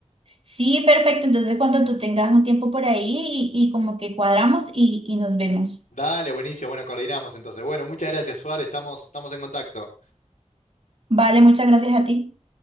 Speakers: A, on the right; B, on the left.
A: Sí, perfecto. Entonces cuando tú tengas un tiempo por ahí y, y como que cuadramos y, y nos vemos.
B: Dale, buenísimo, bueno, coordinamos entonces. Bueno, muchas gracias, Suárez, estamos, estamos en contacto.
A: Vale, muchas gracias a ti.